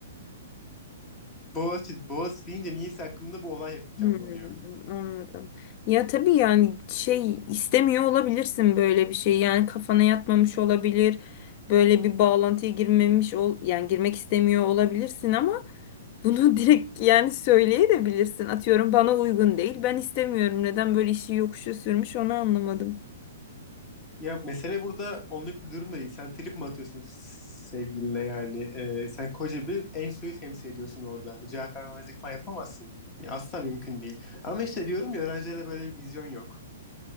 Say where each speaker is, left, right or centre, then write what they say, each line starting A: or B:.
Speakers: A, on the left; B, on the left.
A: Boğaziçi, Boğaziçi deyince niyeyse aklımda bu olay hep canlanıyor.
B: Hmm, anladım. Ya tabii yani şey istemiyor olabilirsin böyle bir şey. Yani kafana yatmamış olabilir. Böyle bir bağlantıya girmemiş ol yani girmek istemiyor olabilirsin ama bunu <laughs> direkt yani söyleyebilirsin. Atıyorum bana uygun değil. Ben istemiyorum. Neden böyle işi yokuşa sürmüş onu anlamadım.
A: Ya mesele burada onluk bir durum da değil. Sen trip mi atıyorsun sevgiline yani? Ee, sen koca bir en suyu temsil ediyorsun orada. Cevap vermemezlik falan yapamazsın. Ya asla mümkün değil. Ama işte diyorum ya öğrencilerde böyle bir vizyon yok.